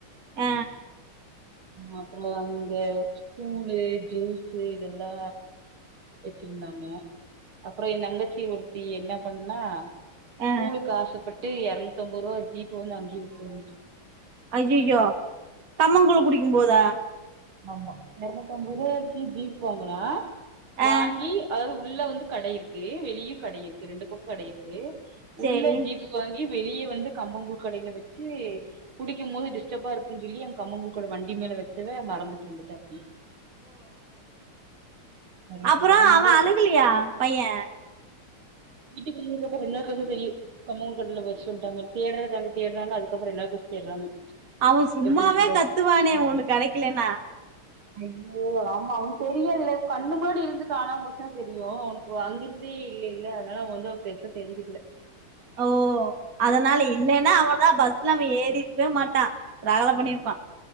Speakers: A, on the right (about 40°); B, on the right (about 70°).
A: அ
B: அப்புறோ அந்த ஸ்கூலு ஜூஸு இதெல்லா வெச்சிருந்தாங்க அப்புறோ எ தங்கச்சி ஒருத்தி என்ன பண்ணா
A: ஆ
B: கூலுக்கு ஆசப்பட்டு இரநூத்தி அம்பது ரூபா ஜீப்ப வந்து அங்கே உட்டு வந்த்
A: அய்யயோ கம்மங்கூழு குடிக்கும் போதா
B: ஆமா இரநூத்தி ஐம்பது ரூபா ஜுப் ஜுப்பு வாங்கனா வாங்கி
A: ஆ
B: அது உள்ள வந்து கடை இருக்கு வெளியு கடை இருக்கு ரெண்டு பக்கோ கடை இருக்கு
A: சேரி
B: உள்ள ஜீப்புக்கு வாங்கி வெளியே வந்து கம்பங்கூல் கடையில வெச்சு குடிக்கும் போது டிஸ்டர்பா இருக்குன்னு சொல்லி அங்க கம்பங்கூல் கட வண்டி மேல வெச்சவ மறந்துட்டு வந்துட்டா அப்டி எரநூத்தம்பது
A: அப்புறோ
B: இங்க
A: அவ அழுகலையா பையே
B: வீட்டுக்கு வந்ததுக்கப்பறோ ரெண்ட் நாள் கழிச்சு தா தெரியு கமங்கடையில வச்சுட்டு வந்ட்டா தேடறாங்க தேடறாங்க அதுக்கப்புறோ என்னச் தேட்றாங்க
A: அவ சும்மாவே
B: எப்டி இருக்குன்டு
A: கத்துவானே ஒண்ணு கடைக்கலன்னா
B: ஐயோ ஆமா அவனுக்கு தெரியாதுல கண்ணு முன்னாடி இருந்து காணாம போச்சா தெரியு அவனுக்கு அங்கறந்தே இல்லை ல அதனால அவ வந்து அவ பெருசா தெரிஞ்சுக்கல
A: ஓ அதனால இல்லைன்னா அவ்ளோதா பஸ்ல அவ ஏறிருக்கவே மாட்டா ரகல பண்ணிருப்பா